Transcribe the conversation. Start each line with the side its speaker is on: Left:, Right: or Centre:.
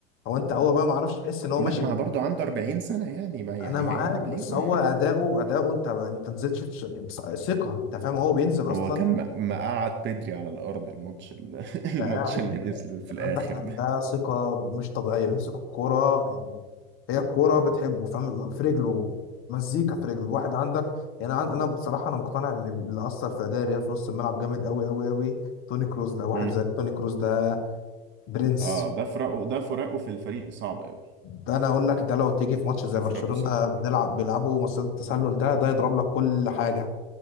Left: هو انت هو بقى ما اعرفش بحس ان هو
Right: لا
Left: ماشي
Right: ما
Left: ب...
Right: برضه عنده 40 سنة يعني ما يعني
Left: انا معاك
Right: هيلعب
Left: بس
Right: ليه <laughs> بقى؟
Left: هو اداؤه اداؤه انت انت نزلت شفت ش- بص- ثقه انت فاهم هو بينزل اصلا
Right: هو كان م- مقعد بدري على الأرض الماتش ال- <laughs>
Left: انت
Right: الماتش
Left: قاعد
Right: اللي نزل في الآخر
Left: عندك لا ده ثقة مش طبيعية بيمسك الكورة يعني هي الكورة بتحبه فاهم في رجله مزيكا في رجله واحد عندك يعني أنا أنا بصراحة أنا مقتنع إن اللي أثر في أداء الريال في نص الملعب جامد أوي أوي أوي توني كروس ده واحد
Right: ده
Left: زي توني كروس ده برنس
Right: اه ده فراقه ده فراقه في الفريق صعب قوي
Left: ده أنا أقول لك ده لو تيجي في ماتش زي
Right: ده فراقه
Left: برشلونة
Right: صعب
Left: بنلعب بيلعبوا مصيدة التسلل ده ده يضرب لك كل حاجة